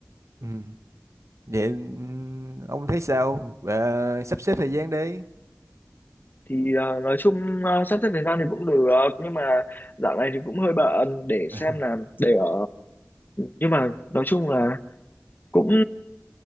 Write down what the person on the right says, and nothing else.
ừ. vậy ừm, ông thấy sao Ờ, sắp xếp thời gian đi
<laughs>